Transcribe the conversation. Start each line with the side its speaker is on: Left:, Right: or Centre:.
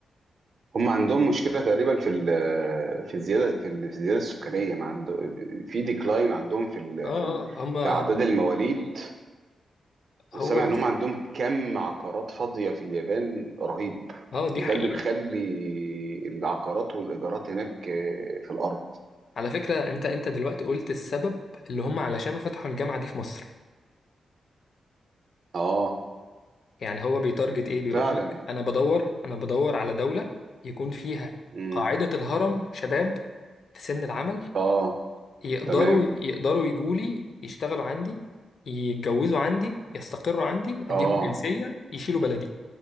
Right: هم عندهم مشكلة تقريبا في ال في الزيادة في ال- في الزيادة السكانية ما عنده في ديكلاين عندهم في ال
Left: اه
Right: في ال
Left: اه هما
Right: في أعداد المواليد
Left: هو
Right: وسامع
Left: ده
Right: إن هم عندهم كم عقارات فاضية في اليابان رهيب
Left: اه دي
Right: وده
Left: حقيقة
Right: اللي مخلي العقارات والإيجارات هناك آه، في الأرض
Left: على فكرة انت انت دلوقتي قلت السبب اللي هم علشانه فتحوا الجامعة دي في مصر
Right: آه
Left: يعني هو بيتارجت ايه بيقول
Right: فعلا
Left: لك انا بدور انا بدور على دولة يكون فيها
Right: مم.
Left: قاعدة الهرم شباب في سن العمل
Right: آه
Left: يقدروا
Right: تمام
Left: يقدروا يجوا لي يشتغلوا عندي يتجوزوا عندي يستقروا عندي
Right: آه
Left: اديهم جنسية يشيلوا بلدي